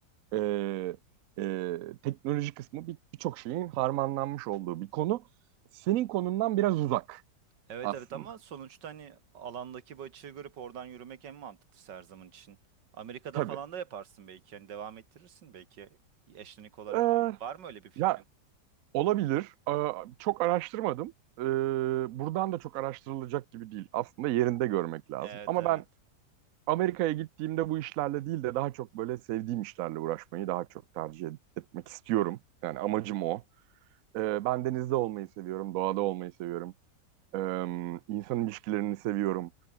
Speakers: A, on the right (about 65°); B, on the right (about 90°).
A: e, e, teknoloji kısmı bir- birçok şeyin harmanlanmış olduğu bir konu. Senin konundan biraz uzak
B: Evet
A: aslında.
B: evet ama sonuçta hani alandaki bu açığı görüp oradan yürümek en mantıklısı her zaman için. Amerika'da
A: Tabii.
B: falan da yaparsın belki. Yani devam ettirirsin belki eşlenik olarak.
A: Ee,
B: Var mı öyle bir fikrin?
A: ya Olabilir. Aa, Çok araştırmadım. Ee, Buradan da çok araştırılacak gibi değil. Aslında yerinde görmek lazım.
B: Evet
A: Ama
B: evet.
A: ben Amerika'ya gittiğimde bu işlerle değil de daha çok böyle sevdiğim işlerle uğraşmayı daha çok tercih et- etmek istiyorum. Yani amacım o. Ee, Ben denizde olmayı seviyorum, doğada olmayı seviyorum. Ee, insan ilişkilerini seviyorum.